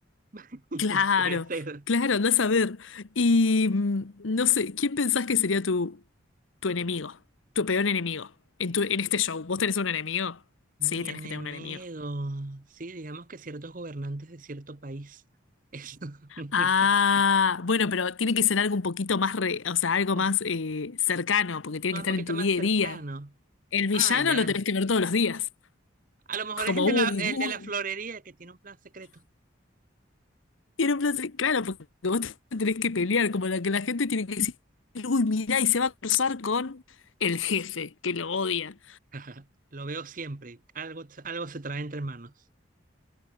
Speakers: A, on the right; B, on the left.
A: <laughs>
B: Claro,
A: Puede ser.
B: claro, andás a ver. Y mm, no sé, ¿quién pensás que sería tu, tu enemigo? Tu peor enemigo en, tu- en este show. ¿Vos tenés un enemigo?
A: Mi
B: Sí, tenés
A: enemigo.
B: que tener un enemigo.
A: Sí, digamos que ciertos gobernantes de cierto país. Es <laughs>
B: Ah, bueno, pero tiene que ser algo un poquito más, re- o sea, algo
A: un,
B: más eh, cercano, porque tiene
A: un
B: que estar
A: poquito
B: en tu
A: más
B: día
A: cercano.
B: a día. El villano
A: Ah, ya.
B: lo tenés que ver todos los días.
A: A lo mejor
B: Como,
A: es el de
B: uy,
A: la, el
B: uy,
A: de la florería que tiene un plan secreto.
B: tiene un plan se- Claro, porque vos te tenés que pelear,
A: <laughs>
B: como la que la gente tiene que decir, uy, mirá, y se va a cruzar con el jefe, que lo odia.
A: Ajá, Lo veo siempre. Algo, algo se trae entre manos.